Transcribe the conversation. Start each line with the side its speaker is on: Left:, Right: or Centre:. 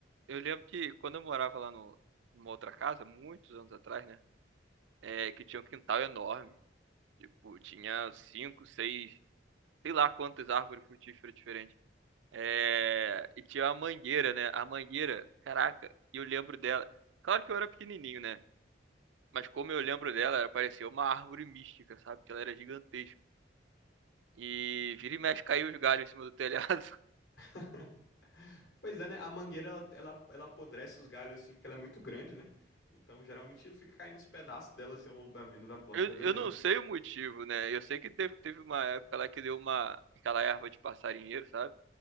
Right: eu lembro que quando eu morava lá no, numa outra casa, muitos anos atrás, né? É, que tinha um quintal enorme. Tipo, tinha cinco, seis, sei lá quantas árvores frutíferas diferentes. É, e tinha uma mangueira, né? A mangueira, caraca, e eu lembro dela. Claro que eu era pequenininho, né? Mas como eu lembro dela, ela parecia uma árvore mística, sabe? Que ela era gigantesca. E vira e mexe caiu os galhos em cima do telhado. <laughs>
Left: <laughs> Pois é, né? A mangueira ela, ela, ela apodrece os galhos assim, porque ela é muito grande, né? Então geralmente ele fica caindo os pedaços dela assim ao longo da vida da planta.
Right: Eu,
Left: É doideira.
Right: eu não sei o motivo, né? Eu sei que teve, teve uma época lá que deu uma, aquela erva de passarinheiro, sabe?